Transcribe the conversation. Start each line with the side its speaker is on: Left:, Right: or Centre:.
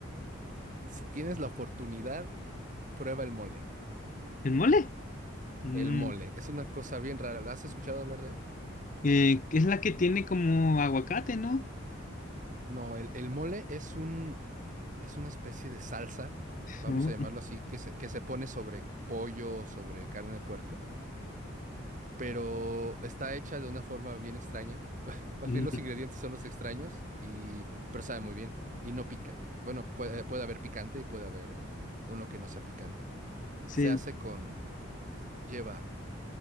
Right: Si tienes la oportunidad, prueba el mole.
Left: ¿El mole? Mm,
Right: El mole es una cosa bien rara. ¿Has escuchado hablar de él?
Left: eh, que es la que tiene como aguacate, ¿no?
Right: No, el, el mole es un, es una especie de salsa, vamos
Left: Oh,
Right: a llamarlo así, que se, que se pone sobre pollo, sobre carne de puerco, pero está hecha de una forma bien extraña. <laughs> Más
Left: mm,
Right: bien los ingredientes son los extraños, y, pero sabe muy bien y no pica. Bueno, puede, puede haber picante y puede haber uno que no sea picante.
Left: Sí,
Right: Se hace con, lleva